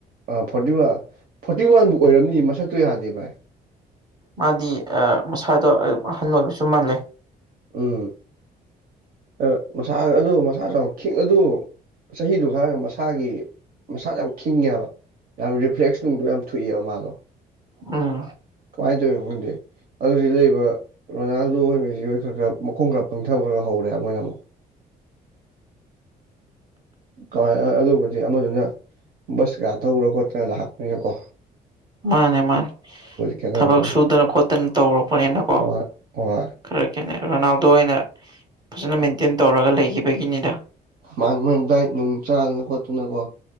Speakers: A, on the right; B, on the right.
A: ꯑꯥ ꯐꯣꯔꯇꯤ ꯋꯥꯟ ꯐꯣꯔꯇꯤ ꯋꯥꯟꯕꯨ ꯑꯣꯏꯔꯝꯅꯤ ꯃꯁꯛꯇꯣ ꯌꯥꯗꯦ ꯚꯥꯏ
B: ꯃꯥꯗꯤ ꯑꯥ ꯃꯁꯥꯗꯣ ꯑꯗꯨꯝ ꯑꯍꯟ ꯑꯣꯏꯕꯁꯨ ꯃꯥꯜꯂꯦ
A: ꯎꯝ ꯑꯥ ꯃꯁꯥ ꯑꯗꯨ ꯃꯁꯥꯁꯨ ꯌꯥꯝ ꯈꯤꯡ ꯑꯗꯨ ꯆꯍꯤꯗꯨꯒ ꯍꯥꯏꯔꯒ ꯃꯁꯥꯒꯤ ꯃꯁꯥꯁꯨ ꯌꯥꯝ ꯈꯤꯡꯉꯦꯕ ꯌꯥꯝ ꯔꯤꯐ꯭ꯂꯦꯛꯁ ꯅꯨꯡꯗꯣ ꯌꯥꯝ ꯊꯨꯏꯌꯦꯕ ꯃꯥꯗꯣ
B: ꯎꯝ
A: ꯀꯃꯥꯏ ꯇꯧꯏꯅꫭ ꯈꯪꯗꯦ ꯑꯗꯨꯖꯤ ꯂꯩꯕ ꯔꯣꯅꯥꯜꯗꯣ ꯑꯣꯏ ꯃꯦꯁꯤ ꯍꯣꯏ ꯈꯔ ꯈꯔ ꯃꯈꯣꯡ ꯀ ꯄꯪꯊꯕ ꯈꯔ ꯈꯔ ꯍꯧꯔꯦ ꯍꯥꯏꯕ ꯃꯣꯏꯅ ꯑꯃꯨꯛ ꯀꯥꯏ ꯑ ꯑꯗꯨꯕꯨꯗꯤ ꯑꯃꯗꯨꯅ ꯕꯁꯀꯥ ꯊꯧꯔ ꯈꯣꯠꯇꯅ ꯂꯥꯛ ꯏꯅꯨꯀꯣ
B: ꯃꯥꯟꯅꯦ ꯃꯥꯟꯅꯦ
A: ꯈꯦꯠꯅꯔꯝꯒꯅꯤ
B: ꯊꯕꯛ ꯁꯨꯗꯅ ꯈꯣꯠꯇꯅ ꯇꯧꯔꯛꯄꯅꯤꯅꯀꯣ
A: ꯑꯣ ꯍꯣꯏ
B: ꯈꯔ ꯀꯩꯅꯣ ꯔꯣꯅꯥꯜꯗꯣ ꯑꯣꯏꯅ ꯐꯖꯅ ꯃꯦꯟꯇꯦꯟ ꯇꯧꯔꯒ ꯂꯩꯒꯤꯕꯒꯤꯅꯤꯗ
A: ꯃꯥꯡꯅꯦ ꯗꯥꯏꯠ ꯅꯨꯡ ꯆꯥꯗꯅ ꯈꯣꯠꯇꯅꯀꯣ